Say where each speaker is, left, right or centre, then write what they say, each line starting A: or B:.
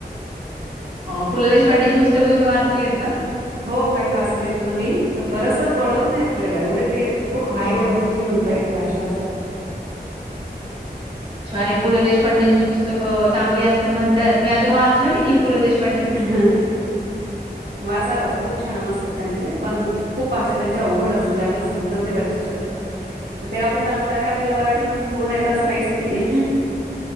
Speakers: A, on the right; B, on the right.
A: अ पु ल देेशपांडेची पुस्तकं, तुम्ही वाचली आहेत का?
B: हो काही वाचलीत ना मी, तर बरचस कळत नाही आपल्याला एवढे ती खूप
A: हा
B: हाय
A: हा
B: लेवलची
A: हा.
B: म्हणता येईल ती भाषा असायं.
A: छानयं. पु ल देशपांडेंची पुस्तकं चांगली असत्यात म्हणत्यात. मी अजून वाचलं नाहीे पु ल देेश- -
B: ह ह वाचा वाचा खूप छान असतात त्यांची पण- - खूप भाषा त्यांची अवघड असते म्हणजे आपल्याला समजत नाही बरेचसे शब्द ते आपल्या जाणवते आपल्याला अरे मराठी पण पूर्ण येत असं काहीच नाहीये.